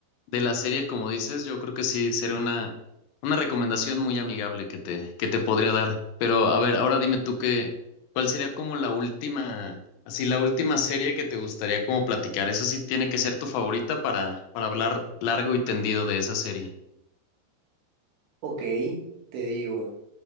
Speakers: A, on the left; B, on the right.
A: de la serie, como dices, yo creo que sí sería una, una recomendación muy amigable que te, que te podría dar. Pero a ver, ahora dime tú qué, cuál sería como la última, así la última serie que te gustaría como platicar. Esa sí tiene que ser tu favorita para, para hablar largo y tendido de esa serie.
B: Ok, te digo,